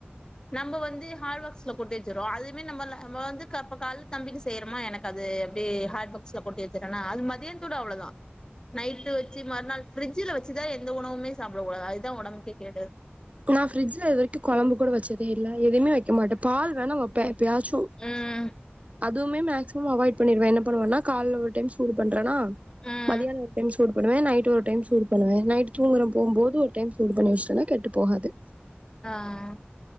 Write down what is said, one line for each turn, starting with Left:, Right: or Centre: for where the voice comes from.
Left: நம்ம வந்து ஹாட்பாக்ஸ் ல கொட்டி வச்சரோம் அதுமே நம்ம ல நம்ம வந்து கா இப்ப காலேல தம்பிக்கு செய்யறோமா எனக்கு அது எப்டி ஹாட்பாக்ஸ்ல கொட்டி வச்சுட்டோனா அது மதியானத்தோட அவ்ளோதான் நைட்டு வச்சு மறுநாள் ஃபிரிட்ஜில வச்சுதான் எந்த உணவுமே சாப்டக்கடாது அதுதான் உடம்புக்கே கேடு
Right: நான் ஃப்ரிட்ஜில இதுவரைக்கும் குழம்பு கூட வச்சதே இல்ல எவுமே வக் க்க மாட்டே பால் வேணா வப்பே எப்பயாச்சு
Left: ம்
Right: அதுமே மேக்சிமம் அவாய்ட் பண்ணிடுவே என்ன பண்ணுவனா கால்ல ஒரு டைம் சூடு பண்றனா
Left: ம்
Right: மதியான ஒரு டைம் சூ சூடுபன்னுவே நைட் ஒரு டைம் சூடு பண்ணுவே நைட் தூங்குற போம் போது ஒரு டைம் சூடுப் பண்ணி வச்டோனா கெட்டுப் போகாது
Left: ஆஹ்